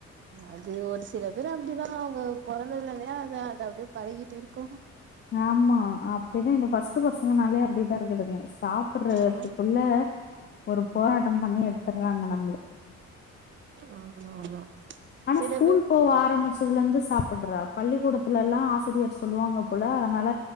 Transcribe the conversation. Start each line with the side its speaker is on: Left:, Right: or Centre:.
Right: அது ஒரு சில பேர் அப்டிதா அவுங்க பொறந்ததுலேந்தே அது அத அப்டே பழகிட் இருக்கு
Left: ஆம்மா அப்டிதா இந்த ஃபஸ்ட்டு பஸ் ங்கனாலே அப்புடிதா இருக்குதுங்க சாப்புட்றதுக்குள்ள
Right: ஆ
Left: ஒரு போராட்ட பண்ணி எடுத்துற்றாங்க நம்முள
Right: ஆமா ஆமா
Left: ஆனா
Right: சில
Left: ஸ்கூல்
Right: பேர்
Left: போவ ஆரமுச்சதுலந்து சாப் புட்றா பள்ளிக்கூடத்துலல்லா ஆசிரியர் சொல்லுவாங்க போல அதனால